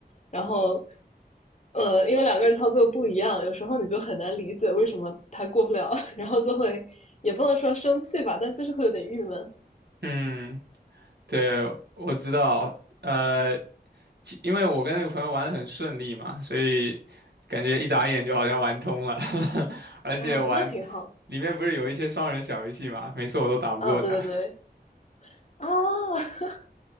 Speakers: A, on the left; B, on the right.
A: 然后呃，因为两个人操作不一样，有时候你就很难理解为什么他过不了，<laughs> 然后就会也不能说生气吧，但就是会有点郁闷
B: 嗯，对，我知道。呃，其因为我跟那个朋友玩的很顺利嘛，所以感觉一眨眼就好像玩通了，<laughs> 而且玩
A: 啊，那挺好
B: 里面不是有一些双人小游戏嘛，每次我都打不过他。
A: 啊，对对对
B: <laughs>
A: 啊。<laughs>